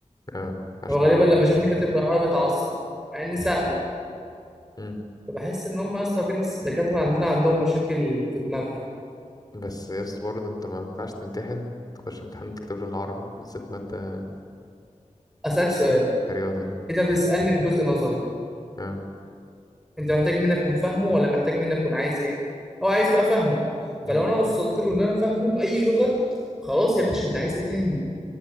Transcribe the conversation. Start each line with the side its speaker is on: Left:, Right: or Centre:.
Left: اه عشان
Centre: هو غالبا
Left: العربي
Centre: لما
Left: بقى
Centre: شافني كاتب بالعربي اتعصب مع اني ساله
Left: امم
Centre: فبحس ان هم يا اسطى في ناس دكاتره عندنا عندهم مشاكل في دماغها
Left: بس يس برضه أنت ما ينفعش تمتحن تخش امتحان تكتب له العربي بالذات مادة
Centre: اسالك سؤال
Left: رياضة يعني
Centre: انت بتسالني في جزء نظري
Left: اه
Centre: انت محتاج مني اكون فاهمه ولا محتاج مني اكون عايز ايه هو عايز يبقى فاهمه فلو
Left: مم.
Centre: انا وصلت له ان انا فاهمه باي لغه خلاص يا باشا انت عايز ايه تاني